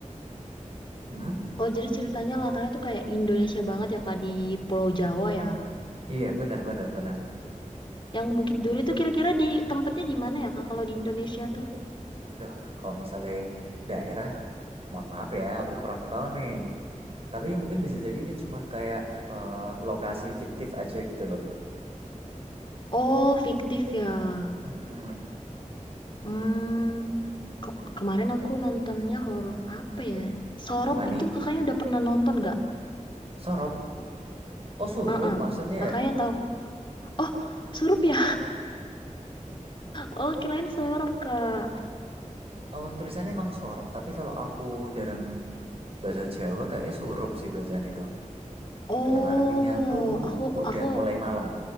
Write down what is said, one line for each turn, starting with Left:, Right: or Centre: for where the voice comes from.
Right: Hmm?
Left: Oh, jadi ceritanya latarnya tuh kayak Indonesia banget ya, Kak, di Pulau Jawa ya.
Right: Iya, benar benar benar.
Left: Yang Bukit Duri tuh kira-kira di tempatnya di mana ya, Kak, kalau di Indonesia tuh?
Right: Aduh, kalau misalnya daerah, mohon maaf ya, aku kurang tahu nih. Tapi mungkin bisa jadi ini cuman kayak eh, lokasi fiktif aja gitu loh.
Left: Oh, fiktif ya.
Right: Mm-mm.
Left: Hmm, ke- kemarin aku nontonnya horor apa ya? Sorop
Right: Apa nih?
Left: itu kakaknya udah pernah nonton nggak?
Right: Sorop. Oh, Surup
Left: Heeh.
Right: maksudnya.
Left: Kakaknya
Right: ya?
Left: tahu. Oh, Surup ya? Oh, kirain sorop, Kak.
Right: Oh, tulisannya emang sorop, tapi kalau aku dalam bahasa Jawa kayaknya surup sih bacaan itu.
Left: Oh,
Right: Yang artinya tuh
Left: aku
Right: udah
Left: aku
Right: mulai malam